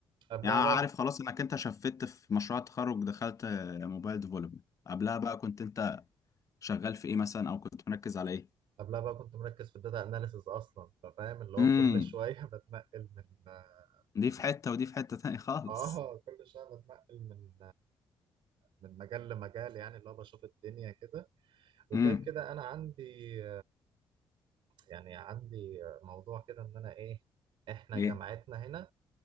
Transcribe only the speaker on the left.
يعني عارف
خلاص انك انت شفت في مشروع التخرج دخلت موبايل ديفلوبمنت قبلها بقى كنت انت شغال في ايه مثلا او كنت مركز على ايه
امم
دي
في حتة ودي في حتة تاني خالص
امم
ايه